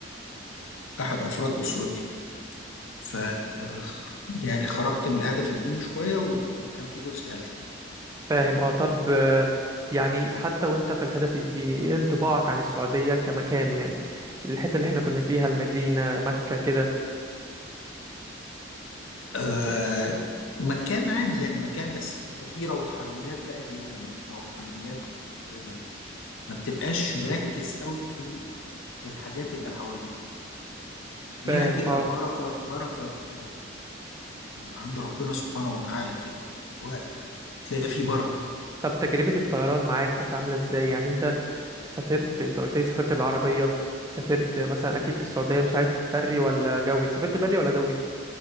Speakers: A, on the left (about 85°); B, on the right (about 15°).
A: آه، احد افراد اسرتي ف آه، يعني خرجت من الهدف الديني شوية و- وكان في جزء علاجي
B: فاهم اه طب آه، يعني حتى وانت في الهدف الديني ايه انطباعك عن السعودية كمكان يعني الحتة اللي احنا كنا فيها المدينة مكة كده
A: آه مكان عادي يعني مكان بس انت فيه روحانيات بقى دينية روحانيات آه ما بتبقاش مركز قوي في الحاجات اللي حواليك فيها
B: فاهم
A: كده
B: اه
A: بركة بركة آه من عند ربنا سبحانه وتعالى كده يعني الوقت بتلاقي فيه بركة
B: طب تجربة الطيران معاك كانت عاملة ازاي يعني انت سافرت انت قلت لي سافرت بالعربية سافرت مثلا اكيد في السعودية مش عارف بري ولا جوي سافرت بري ولا جوي